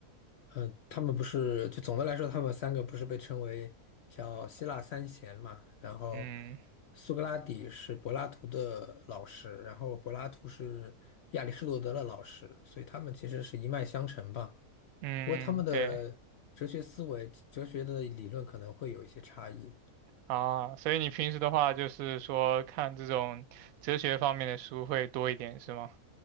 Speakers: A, on the left (about 75°); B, on the right (about 70°).
A: 嗯，呃他们不是，就总的来说，他们三个不是被称为叫希腊三贤嘛？然后
B: 嗯
A: 苏格拉底是柏拉图的老师，然后柏拉图是亚里士多德的老师，所以他们其实是一脉相承吧。
B: 嗯嗯，
A: 不过他们的哲学思维、
B: 对。
A: 哲学的理论可能会有一些差异。
B: 啊，所以你平时的话就是说看这种哲学方面的书会多一点，是吗？